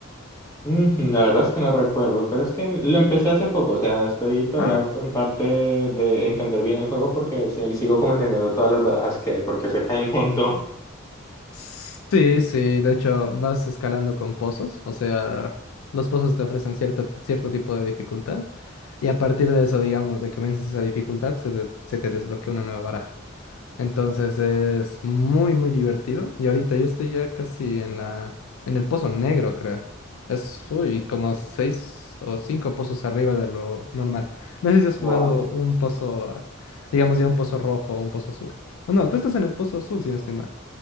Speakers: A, on the left (about 15°); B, on the left (about 85°).
A: Mm, la verdad es que no recuerdo, pero es que lo empecé hace poco, o sea, estoy todavía
B: Ah,
A: en parte de entender bien el juego porque sí, sigo como entendiendo todas las barajas que hay, porque sé que hay un montón.
B: sí, sí, de hecho vas escalando con pozos, o sea, los pozos te ofrecen cierto, cierto tipo de dificultad y a partir de eso, digamos, de que vences esa dificultad, se te, se te desbloquea una nueva baraja. Entonces es muy, muy divertido y ahorita yo estoy ya casi en la, en el pozo negro, creo. Es, uy, como seis o cinco pozos arriba de lo normal. No sé si has
A: Wow.
B: jugado un pozo, ah, digamos ya un pozo rojo o un pozo azul. No, tú estás en el pozo azul, si no estoy mal.